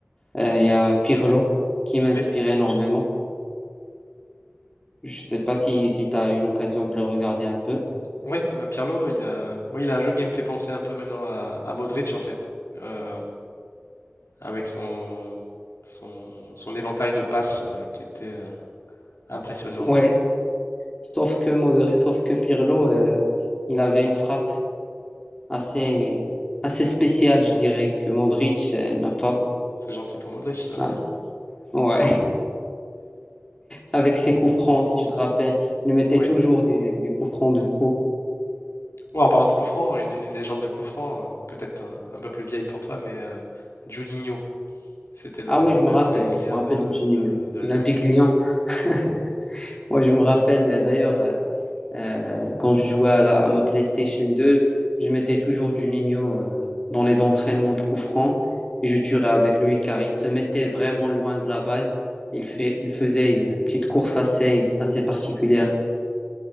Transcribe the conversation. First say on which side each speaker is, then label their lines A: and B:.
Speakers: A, on the left; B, on the left.
A: euh, il y a Pirlo qui m'inspire
B: Oui,
A: énormément. Je sais pas si, si tu as eu l'occasion de le regarder un peu.
B: oui, bah Pirlo, il a, oui, il a un jeu qui me fait penser un peu maintenant à, à Modric en fait. Euh, avec son, son, son éventail de passes euh, qui était euh, impressionnant.
A: Ouais, sauf que, Modri- sauf que Pirlo, euh, il avait une frappe assez, assez spéciale, je dirais, que Modric euh, n'a pas.
B: C'est gentil pour Modric, ça.
A: Ouais. Ouais. <laughs> Avec ses coups francs, si tu te rappelles, il mettait
B: Oui.
A: toujours des, des coups francs de fou
B: Ouais, en parlant de coup franc, hein, une, une légende de coup franc, euh, peut-être un, un peu plus vieille pour toi, mais euh, Juninho, c'était le,
A: Ah oui, je me
B: le
A: rappelle,
B: Brésilien
A: je me rappelle
B: de,
A: de Juninho,
B: de- de Lyon.
A: l'Olympique Lyon. <laughs> Ouais, je me rappelle euh, d'ailleurs euh, euh, quand je jouais à, la- à ma PlayStation 2, je mettais toujours Juninho euh, dans les entraînements de coup franc et je tirais avec lui car il se mettait vraiment loin de la balle. Il fait, il faisait une petite course assez, assez particulière